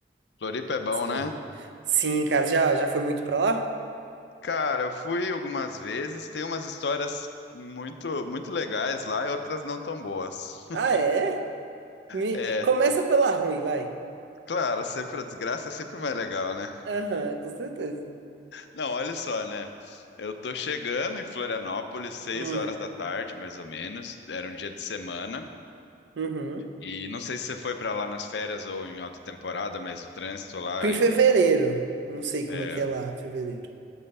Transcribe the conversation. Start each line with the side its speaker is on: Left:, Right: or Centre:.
Left: Floripa é bom,
Right: Sei.
Left: né?
Right: Sim, cara, já, já foi muito pra lá?
Left: Cara, eu fui algumas vezes, tem umas histórias muito, muito legais lá e outras não tão boas. <laughs>
Right: Ah, é? Me...
Left: É,
Right: Começa pela ruim, vai.
Left: claro, sempre a desgraça é sempre mais legal, né?
Right: Aham, com certeza.
Left: Não, olha só, né? Eu tô chegando em Florianópolis seis
Right: Hum,
Left: horas da tarde, mais ou menos. Era um dia de semana.
Right: uhum.
Left: E não sei se você foi pra lá nas férias ou em alta temporada, mas o trânsito lá
Right: Fui em
Left: em
Right: fevereiro, não sei como
Left: é,
Right: é que é lá, fevereiro.